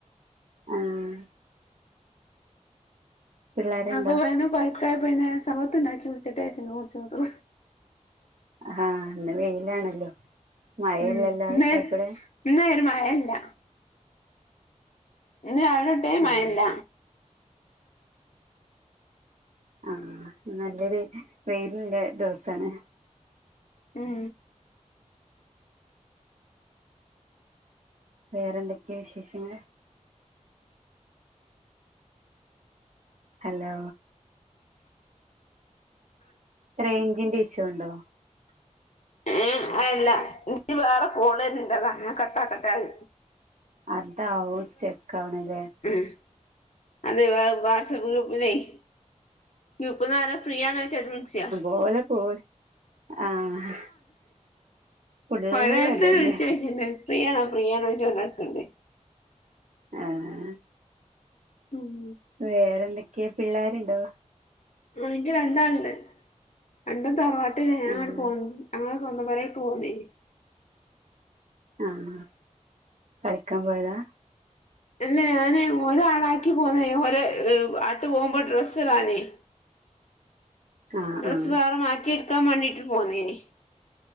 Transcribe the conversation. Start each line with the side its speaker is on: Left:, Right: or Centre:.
Right: ആഹ് പിള്ളേരുണ്ടോ
Left: അകെ ഒയ്ന്ന് കൊഴപ്പായപ്പൊ പിന്നെ സർബത്ത്ണ്ടാക്കി കുട്ച്ചട്ടേചാര്ച്ച്ങ്ങനെ കുടിച്ച്ക്ക്മ്പൊ
Right: ആഹ് ഇന്ന് വെയിലാണല്ലോ മഴയില്ലല്ലോ
Left: ഉം ഇന്ന്
Right: ആയിക്കൂടെ
Left: ഇന്ന് ഒര് മഴല്ല ഇന്ന് രാവിലെതൊട്ടേ മയല്ല
Right: ആ ആഹ് നല്ലൊരു വെയിലില്ലെ ദിവസാണ്
Left: ഉം
Right: വേറൊന്തൊക്കേ വിശേഷങ്ങള് ഹലോ റെയ്ഞ്ചിന്റെ ഇഷ്യുണ്ടോ?
Left: ഏഹ് അല്ല ഇൻക്ക് വേറെ കോള് വര്ന്ണ്ടതാ കട്ടാക്കട്ടത്
Right: അതാവും സ്റ്റെക്കാവണ്ലേ
Left: ഉം അത് വ വാട്സപ്പ് ഗ്രൂപ്പിലെയ് ഗ്രൂപ്പ്ന്നാരോ ഫ്രീ ആണോയ്ച്ചട്ട് വിളിച്ചാ
Right: ഓലെ കോൾ ആഹ് ഫുള്ള്
Left: ഒരോരുത്തര്
Right: ഇതന്നെ
Left: വിൾചോയ്ച്ച്ണ്ട് ഫ്രീയാണോ ഫ്രീയാണോ ചൊയ്ച്ചോണ്ടട്ക്ക്ണ് ണ്ട്
Right: ആഹ്
Left: ഉം
Right: വേറെന്തൊക്കെ പിള്ളേര്ണ്ടോ?
Left: ആഹ് ഇൻക്ക് രണ്ടാള്ണ്ട് രണ്ടും തറവാട്ടിലാ ഞാൻ
Right: ആഹ്
Left: ആണ്ട് പോ ആഹ് സ്വന്തം പെരേക്ക് പോന്നേന്
Right: ആഹ് കളിക്കാൻ പോയതാ?
Left: അല്ല ഞാന് ഒരാളാക്കി പോന്നേന് ഓര് ആട്ട് പോകുമ്പൊ ഡ്രസ്സ്ടാനെയ്
Right: ആഹ്
Left: ഡ്രസ്സ്
Right: ആഹ്
Left: വേറെ മാറ്റിട്ക്കാൻ വാണ്ടീട്ട് പോന്നേനി